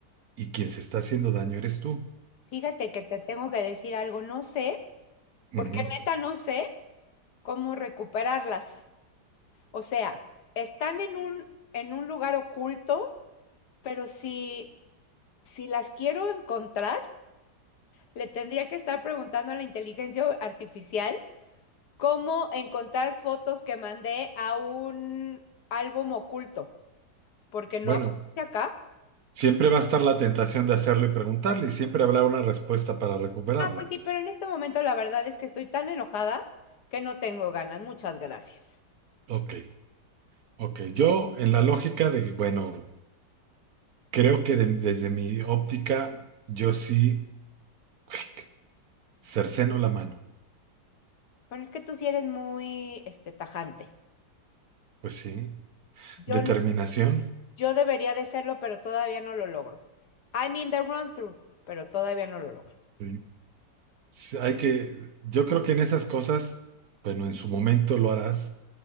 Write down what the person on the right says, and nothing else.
y quien se está haciendo daño eres tú.
Ujú.
Bueno,
siempre va a estar la tentación de hacerlo y preguntarle, y siempre habrá una respuesta para recuperarla.
Ok, ok. Yo, en la lógica de, bueno, creo que de- desde mi óptica, yo sí <laughs> cerceno la mano.
Pues sí.
Determinación.
Sí. S- Hay que, yo creo que en esas cosas, bueno, en su momento lo harás,